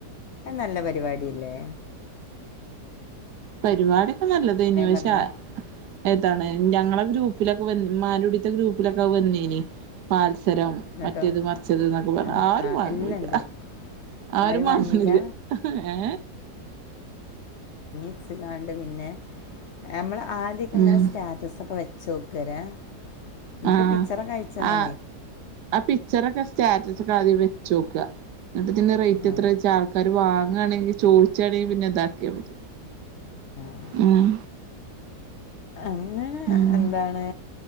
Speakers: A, on the left; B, on the right.
A: നല്ല പരിപാടില്ലേ
B: പരിപാടിയൊക്കെ നല്ലത് ന്നെ പക്ഷെ
A: പറഞ്ഞാൽ
B: ഏതാണ് ഞങ്ങളെ ഗ്രൂപ്പിലൊക്കെ വന്ന് ഇമ്മാന്റുടി ഗ്രൂപ്പിലൊക്കെ അത് വന്നീനി സരം
A: ന്നട്ടോ
B: മറ്റേത് മർച്ചത് ന്നൊക്കെ പർന്
A: ആ
B: ആരും
A: ആ
B: വാങ്ങുല്ല
A: എല്ലാണ്ട്
B: ആരും
A: വാരി വാങ്ങീല്ല
B: വാങ്ങണ്ല്ല ഏ
A: ച്ച ക്കാണ്ട് പിന്നെ നമ്മൾ ആദ്യക്കെ ഇങ്ങനെ
B: ഉം
A: സ്റ്റാറ്റസ് ഒക്കെ വെ ചോക്കല്ലേ എനിക്ക്
B: ആഹ്
A: പിക്ച്ചർ ഒക്കെ അയച്ചന്ന്ണ്
B: ആഹ് ആ പിക്ചറൊക്കെ സ്റ്റാറ്റസ് ഒക്കെ ആദ്യം വെച്ചോക്ക എന്നട്ട്തിന്റെ റേറ്റ്
A: ആ
B: എത്ര ചോയ്ച്ചാ ആൾക്കാര് വാ വാങ്ങാണെങ്കിൽ ചോയ്ച്ചാണെങ്കിൽ പിന്നെ ഇതാക്കിയാ മതി
A: ആ
B: ഉം
A: അങ്ങനെ
B: ഉം
A: എന്താണ്